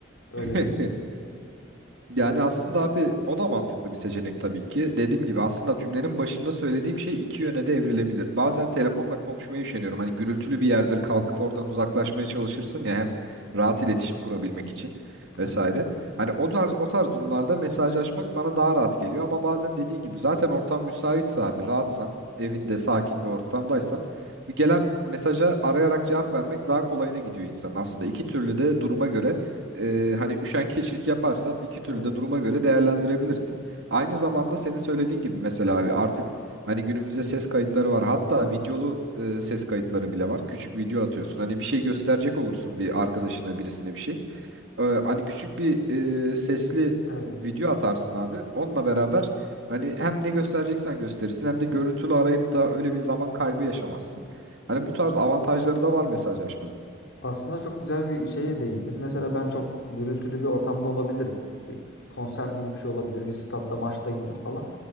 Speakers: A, on the left (about 85°); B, on the right (about 75°).
A: Öyle
B: <laughs>
A: diyeyim.
B: Yani aslında abi o da mantıklı bir seçenek tabii ki. Dediğim gibi aslında cümlenin başında söylediğim şey iki yöne de evrilebilir. Bazen telefonla konuşmaya üşeniyorum. Hani gürültülü bir yerdir kalkıp oradan uzaklaşmaya çalışırsın ya hem rahat iletişim kurabilmek için vesaire.
A: Evet,
B: Hani o tarz, o tarz durumlarda mesajlaşmak bana daha rahat geliyor. Ama bazen dediğin gibi zaten ortam müsaitse abi rahatsan evinde sakin bir ortamdaysan bir gelen mesaja arayarak cevap vermek daha kolayına gidiyor insanın. Aslında iki türlü de duruma göre e, hani üşengeçlik yaparsan iki türlü
A: evet,
B: de duruma göre değerlendirebilirsin. Aynı zamanda senin söylediğin gibi mesela abi artık hani günümüzde ses kayıtları var. Hatta videolu e, ses kayıtları bile var. Küçük video atıyorsun. Hani bir şey gösterecek olursun bir arkadaşına birisine bir şey. E, hani küçük bir e, sesli
A: evet.
B: video atarsın abi. Onunla beraber hani hem ne göstereceksen gösterirsin hem de görüntülü arayıp da öyle bir zaman kaybı yaşamazsın. Hani bu tarz avantajları da var mesajlaşmanın.
A: Aslında çok güzel bir şeye değindin. Mesela ben çok gürültülü bir ortamda olabilirim. Bir konser gibi bir şey olabilir. Bir statta maçtayımdır falan.